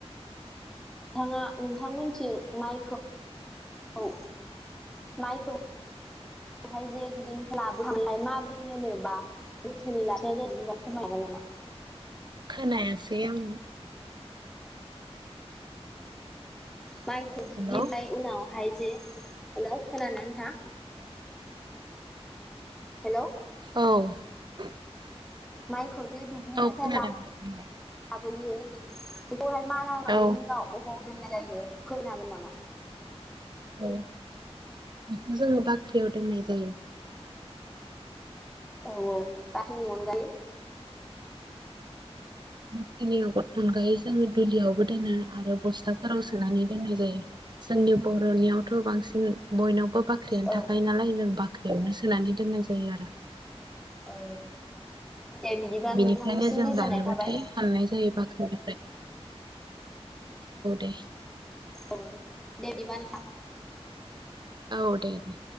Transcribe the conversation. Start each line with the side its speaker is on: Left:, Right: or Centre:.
Centre: नोंथाङा नोंथांमोनथिं माइखौ माइखौहाय जे दुब्लिनिफ्राय लाबोखांनानै माब्रै होनोबा जोथोनै लाखिनाय जायो बिनि बागै फोरमायनो हागोन नामा?
Right: खोनायासेै आं।
Centre: माइखौ
Right: हेलौ
Centre: दुब्लिफ्राय उनावहाय जे हेल' खोनानोना नोंथांआ? हेलौ
Right: औ
Centre: माइ खौजे दुब्लिनिफ्राय
Right: औ खोनादों
Centre: ला
Right: दे बुंलाय
Centre: बोयो बेखौहाय मारा होखांनायनि
Right: औ
Centre: उनाव अबाव दोन नाय जायो फोरमायनो हागोन नामा?
Right: औ बेखौ जोङो बाख्रियाव दोननाय जायो।
Centre: औ औ बाख्रिनि अनगायै
Right: बाख्रिनि अनगायै जोङो दुलियावबो दोनो आरो बस्थाफोराव सोनानै दोननाय जायो जोंनि बर'नियावथ' बांसिन बयनावबो बाख्रिआनो
Centre: औ
Right: थाखायो नालाय जों बाख्रि बेयावनो सोनानै दोननायस जायो आरो।
Centre: औ दे बिदिबा
Right: बिनिफ्रायनो
Centre: नोंथांनिसिम
Right: जों
Centre: गोजोननाय
Right: जानोबाथाय
Centre: थाबाय
Right: हाननाय जायो बाख्रि औ दे।
Centre: अ दे इदिबा नोंथां।
Right: औ दे दे।